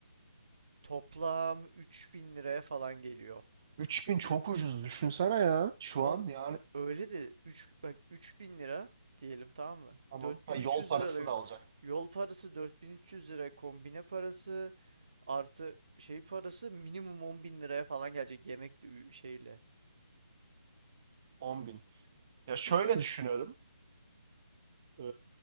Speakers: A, on the right (about 55°); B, on the right (about 30°).
A: Toplam 3000 liraya falan geliyor.
B: 3000 çok ucuz düşünsene ya şu
A: Oğlum
B: an yani
A: öyle de 3 bak 3000 lira diyelim tamam mı?
B: tamam.
A: 4300
B: Ha, yol parası
A: lira da
B: da alacak
A: yol parası, 4300 lira kombine parası artı şey parası minimum 10000 liraya falan gelecek yemekle ü- şeyle.
B: 10.000. Ya şöyle düşünüyorum. Ee,